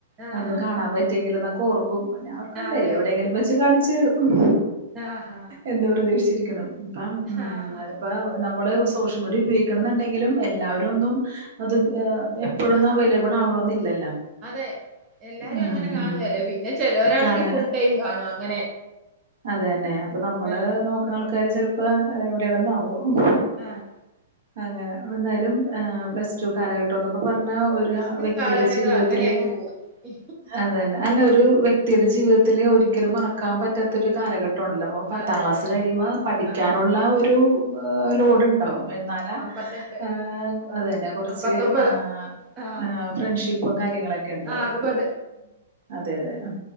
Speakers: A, on the right; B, on the right.
A: ആഹാ
B: ഒന്ന് കാണാൻ പറ്റ റ്റെങ്കില് എന്നൊക്കെ ഓർക്കും പിന്നെ അവർക്ക എന്താ
A: അതെ
B: എവിടെയെങ്കിലും വെച്ച് കാണിച്ച് തരും
A: ആഹാ
B: എന്താ പ്രതീക്ഷിച്ചിരിക്കണം ഇപ്പം ഉം
A: ആഹാ
B: ഇപ്പ നമ്മള് സോഷ്യൽ മീഡിയ ഉപയോഗിക്കണം എന്നുണ്ടെങ്കിലും എല്ലാവരും ഒന്നും അത് ഇപ്പഴൊന്നും
A: ആഹ്
B: അവൈലബിൾ ആവണോന്നില്ലല്ലോ
A: അതെ എല്ലാരും
B: ഉം
A: അങ്ങനെ
B: ഉം
A: കാണുവേലെ
B: ഉം
A: പിന്നെ ചെലോരാണെങ്കി
B: കാണ
A: ഫുൾ ടൈം കാണു അങ്ങനെ
B: അത് തെന്നെ അപ്പൊ നമ്മള്
A: ആഹ്
B: നോക്കണ ആൾക്കാര് ചെലപ്പോ എവിടെയാണന്നാവും
A: ആഹ്
B: അങ്ങനെ എന്തായാലും ഏഹ് പ്ലസ് ടു കാലഘട്ടന്നൊക്കെ പറഞ്ഞാ ഒര്
A: പ്ലസ്
B: <unintelligible>
A: ടു
B: വ്യക്തിയുടെ
A: കാലഘട്ടം
B: ജീവിതത്തില്
A: അങ്ങനെ അങ്ങ് പോയി
B: അത് തന്നെ അല്ല ഒരു വ്യ വ്യക്തിയുടെ ജീവിതത്തില് ഒരിക്കലും മറക്കാൻ പറ്റാത്ത ഒരു കാലഘട്ടാണല്ലോ അപ്പോ പത്താം
A: അതെ
B: ക്ലാസ്
A: അതെ
B: കഴിയുമ്പോ പഠിക്കാനുള്ള
A: ആഹ്
B: ഒരു ഏഹ് ലോഡ്
A: ആഹ്
B: ഇണ്ടാവും എന്നാലാ
A: അമ്പത്തെട്ട്
B: ആഹ് അതന്നെ കൊറച്ച്
A: അമ്പത്തൊമ്പത്
B: ആഹ്
A: ആഹ്
B: ഫ്രണ്ട്ഷിപ്പും കാര്യങ്ങളൊക്കെ ഇണ്ടാവും
A: അറുപത്
B: അതെ അതെ ആഹ്